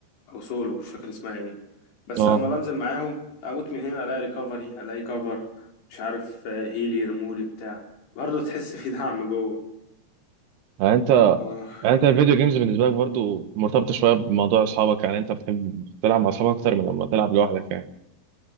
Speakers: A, on the left; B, on the right.
A: او سولو مش فاكر اسمها ايه بس
B: اه
A: لما بنزل معاهم اموت من هنا الاقي ريكفري الاقي كفر مش عارف آه، هيلي يرمولي بتاع برضه تحس في دعم جوه
B: يعني انت
A: اه
B: يعني انت الفيديو جيمز بالنسبه لك برضو مرتبطه شويه بموضوع اصحابك يعني انت بتحب تلعب مع اصحابك اكتر من لما تلعب لوحدك يعني